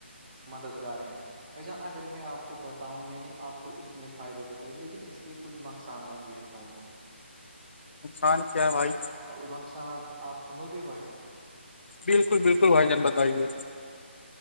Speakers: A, on the right (about 30°); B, on the left (about 65°).
A: مددگار ہیں بھ جان اگر میں آپ بتاؤں میں نے آپ کو اتنے فائدے بتائے لیکن اس کو کہ کچھ نقصانات بھی ہیں بھائی جان
B: نقصان کیا ہے بھائی
A: وہ نقصانات آپ سنو گے بھائی جان
B: بالکل بالکل بھائی جان بتائیے